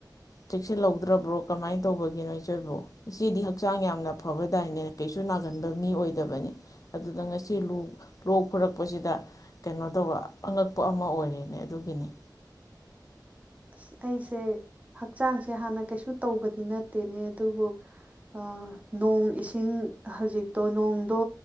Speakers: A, on the left; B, on the right.
A: ꯆꯦꯛꯁꯤꯜ ꯍꯧꯗ꯭ꯔꯥꯕꯣ ꯀꯃꯥꯏꯅ ꯇꯧꯕꯒꯤꯅꯣ ꯏꯆꯣꯏꯕꯨ ꯏꯆꯦꯗꯤ ꯍꯛꯆꯥꯡ ꯌꯥꯝꯅ ꯐꯕꯗꯥꯏꯅꯦ ꯀꯩꯁꯨ ꯅꯥꯒꯟꯕ ꯃꯤ ꯑꯣꯏꯗꯕꯅꯤ ꯑꯗꯨꯗ ꯉꯁꯤ ꯂꯣꯡ ꯂꯣꯛ ꯈꯨꯔꯛꯄꯁꯤꯗ ꯀꯩꯅꯣ ꯇꯧꯕ ꯑꯉꯛꯄ ꯑꯃ ꯑꯣꯏꯔꯦꯅꯦ ꯑꯗꯨꯒꯤꯅꯤ
B: ꯑꯁ ꯑꯩꯁꯦ ꯍꯛꯆꯥꯡꯁꯦ ꯍꯥꯟꯅ ꯀꯩꯁꯨ ꯇꯧꯕꯗꯤ ꯅꯠꯇꯦꯅꯦ ꯑꯗꯨꯕꯨ ꯑꯥ ꯅꯣꯡ ꯏꯁꯤꯡ ꯍꯧꯖꯤꯛꯇꯣ ꯅꯣꯡꯗꯣ